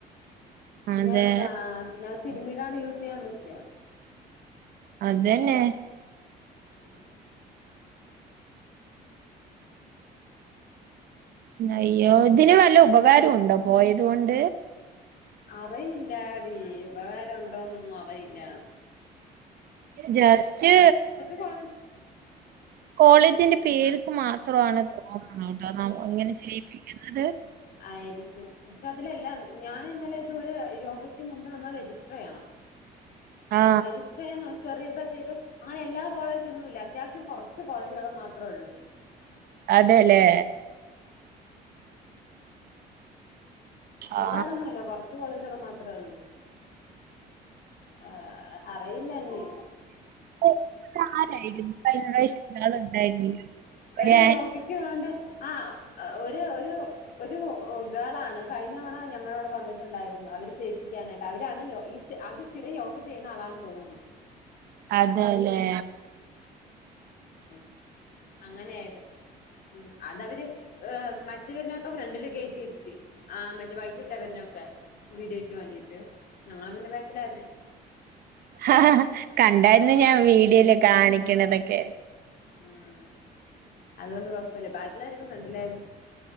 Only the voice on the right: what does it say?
അതെ
അതന്നെ
അയ്യോ ഇതിന് വല്ല ഉപകാരം ഉണ്ടോ പോയത് കൊണ്ട്
ജസ്റ്റ്
കോളേജിന്റെ പേര്ക്ക് മാത്രമാണത് തോന്നണ് കേട്ടോ ന ഇങ്ങനെ ചെയ്യിപ്പിക്കുന്നത്
ആ
അതെല്ലേ
ആ
കോളേജിന്റെ ആരായിരുന്നു കഴിഞ്ഞ പ്രാവശ്യം ആളുണ്ടായിരുന്നില്ല ഒരു
അതേല്ലേ
ആ കണ്ടായിരുന്നു ഞാൻ വീഡിയോയില് കാണി ക്കണതൊക്കെ